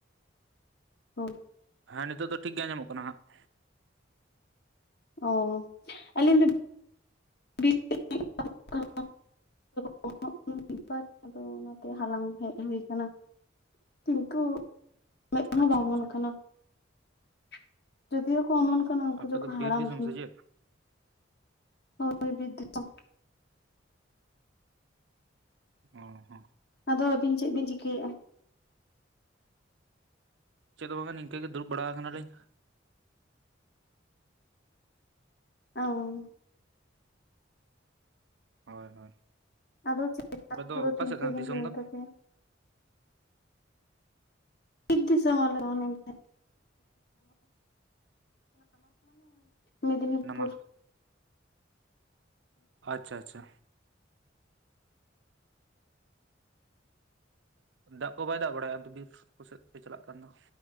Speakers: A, on the left; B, on the right.
A: <unintelligible>
B: ᱦᱮᱸ ᱱᱤᱛᱳᱜ ᱫᱚ ᱴᱷᱤᱠ ᱜᱮ ᱟᱸᱡᱚᱢᱚᱜ ᱠᱟᱱᱟ ᱦᱟᱸᱜ ᱾
A: ᱚ ᱟᱞᱤᱧ ᱫᱚ <unintelligible> <unintelligible> ᱟᱫᱚ ᱚᱱᱟᱛᱮ ᱦᱟᱞᱟᱝ ᱦᱮᱡ ᱦᱩᱭ ᱟᱠᱟᱱᱟ ᱾ ᱠᱤᱱᱛᱩ ᱢᱮᱫᱦᱚ
B: ᱟᱪᱪᱷᱟ
A: ᱵᱟ ᱚᱢᱚᱱ
B: ᱟᱪᱪᱷᱟ
A: ᱟᱠᱟᱱᱟ <inaudible> ᱡᱚᱫᱤᱭᱳ ᱠᱚ ᱚᱢᱚᱱ ᱠᱟᱱᱟ ᱩᱱᱠᱩ
B: ᱟᱯᱮ
A: ᱫᱚᱠᱚ
B: ᱫᱚ
A: ᱦᱟᱲᱟᱢ
B: ᱵᱤᱨ ᱫᱤᱥᱚᱢ
A: ᱠᱟᱱᱟ
B: ᱥᱮ ᱪᱮᱫ
A: ᱾ ᱦᱩᱭ ᱵᱤᱨ ᱫᱤᱥᱚᱢ ᱾
B: ᱚᱸ ᱦᱮᱸ ᱾
A: ᱟᱫᱚ ᱟᱹᱵᱤᱱ ᱪᱮᱫ ᱵᱤᱱ ᱪᱤᱠᱟᱹᱭᱮᱜᱼᱟ?
B: ᱪᱮᱫ ᱦᱚᱸ ᱵᱟᱝᱟ ᱱᱤᱝᱠᱟᱹ ᱜᱮ ᱫᱩᱲᱩᱵ ᱵᱟᱲᱟ ᱟᱠᱟᱱᱟ ᱠᱟᱱᱟᱞᱤᱧ᱾
A: ᱚ
B: ᱦᱳᱭ ᱦᱳᱭ᱾
A: ᱟᱫᱚ <unintelligible>
B: ᱟᱯᱮ ᱫᱚ
A: ᱠᱚᱫᱚ
B: ᱚᱠᱟ
A: ᱛᱤᱱ
B: ᱥᱮᱫ
A: ᱥᱟᱺᱜᱤᱱ
B: ᱠᱟᱱᱟ ᱫᱤᱥᱚᱢ
A: ᱦᱩᱭᱮᱱ
B: ᱫᱚ
A: ᱛᱟᱯᱮᱭᱟ? <unintelligible> ᱢᱮᱫᱽᱱᱤᱯᱩᱨ᱾
B: ᱱᱟᱢᱟᱞ ᱟᱪᱪᱷᱟ ᱟᱪᱪᱷᱟ᱾ ᱫᱟᱜ ᱠᱚ ᱵᱟᱭ ᱫᱟᱜ ᱵᱟᱲᱟᱭᱟ ᱵᱤᱨ ᱠᱚᱥᱮᱫ ᱯᱮ ᱪᱟᱞᱟᱜ ᱠᱟᱱ ᱫᱚ?